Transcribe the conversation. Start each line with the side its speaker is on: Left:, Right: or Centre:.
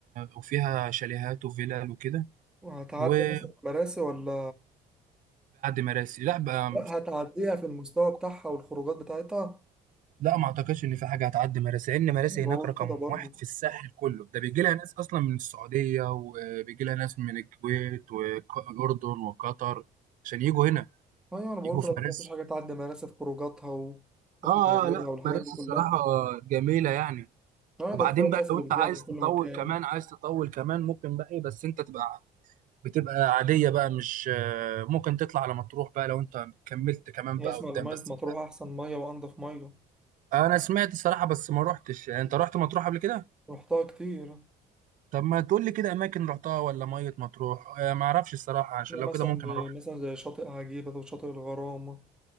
Right: وفيها شاليهات وفيلل وكده
Centre: هتعدي
Right: وبعد
Centre: مثلا مراسي ولا
Right: مراسي لا بقى
Centre: لا هتعديها في المستوى بتاعها والخروجات بتاعتها
Right: لا ما اعتقدش ان في حاجه هتعدي مراسي لان مراسي
Centre: أنا بقول
Right: هناك رقم
Centre: كده برضه
Right: واحد في الساحل كله ده بيجي لها ناس اصلا من السعوديه وبيجي لها ناس من الكويت والاردن وقطر عشان يجوا هنا
Centre: أيوة أنا بقول
Right: يجوا في
Centre: كده برضه
Right: مراسي
Centre: مفيش حاجة تعدي مراسي في خروجاتها و... وفي
Right: اه
Centre: مناظرها
Right: اه لا
Centre: والحاجات
Right: مراسي
Centre: دي كلها
Right: الصراحه جميله يعني
Centre: أه
Right: وبعدين
Centre: ده كفاية الناس
Right: بقى لو
Centre: اللي
Right: انت
Centre: بتجيها
Right: عايز
Centre: من كل
Right: تطول
Centre: مكان
Right: كمان عايز تطول كمان ممكن بقى إيه، بس انت تبقى بتبقى عاديه بقى مش آه، ممكن تطلع على مطروح بقى لو انت كملت كمان
Centre: أنا
Right: بقى
Centre: أسمع
Right: قدام
Centre: إن مية
Right: بس
Centre: مطروح أحسن مية وأنضف مية
Right: انا سمعت الصراحه بس ما روحتش يعني انت رحت مطروح قبل كده
Centre: رحتها كتير
Right: طب ما تقول لي كده اماكن رحتها ولا ميه مطروح آه ما اعرفش الصراحه عشان
Centre: هي
Right: لو
Centre: مثلا
Right: كده ممكن اروح
Centre: مثلا زي شاطئ عجيبة وشاطئ الغرام